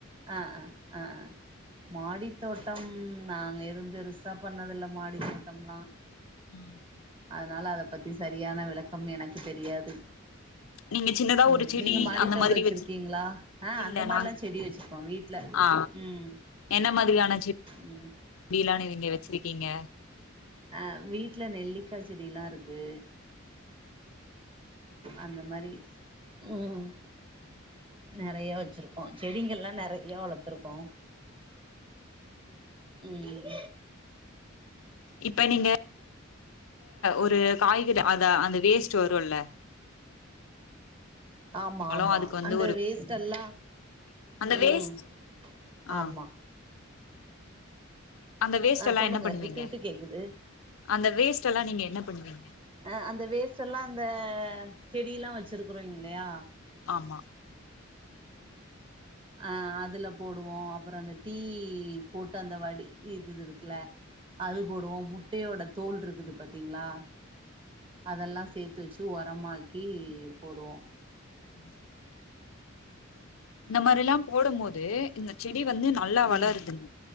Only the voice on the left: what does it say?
உம்
நீங்க சின்னதா
ஒரு செடி
அந்த மாதிரி
வச்சு
இல்ல
நாங்
ஆ
என்ன மாதிரியான
இப்டிலா நிவ்இங்க வச்சிருக்கீங்க
இப்ப நீங்க ஒரு காய்கறி அத அந்த வேஸ்ட் வருல்ல
பழோ
அதுக்கு வந்து
ஒரு
அந்த
வேஸ்ட் ஆ
அந்த வேஸ்ட்
எல்லா
என்ன பண்ணுவீங்க
அந்த வேஸ்ட் எல்லா நீங்க என்ன பண்ணுவீங்க
ஆமா
ம்
ம் இந்த மாரில்லா போடும் போது இந்த செடி வந்து நல்லா வளருதுங்க